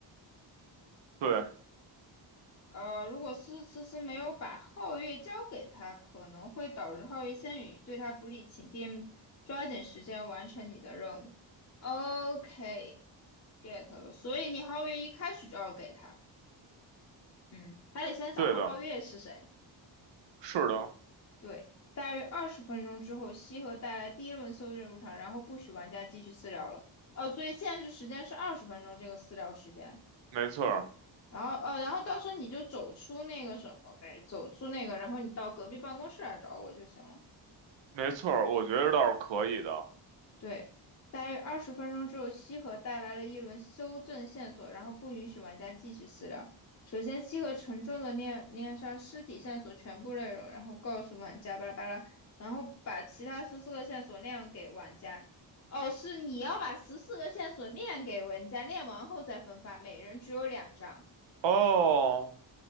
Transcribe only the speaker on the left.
呃，如果思思思没有把皓月交给他，可能会导致皓月仙语对他不利，请 DM 抓紧时间完成你的任务。OK，get 了，所以你皓月一开始就要给他，嗯，他得先找到皓月是谁。
对，大约二十分钟之后，西河带来第一轮搜证入场，然后不许玩家继续私聊了。哦，所以限制时间是二十分钟这个私聊时间。
然后，呃，然后到时候你就走出那个什么呗，走出那个，然后你到隔壁办公室来找我就行了。
对，大约二十分钟之后，西河带来了一轮修正线索，然后不允许玩家继续私聊。首先，西河沉重的念念上尸体线索全部内容，然后告诉玩家巴拉巴拉，然后把其他十四个线索亮给玩家。哦，是你要把十四个线索亮给玩家，亮完后再分发，每人只有两张。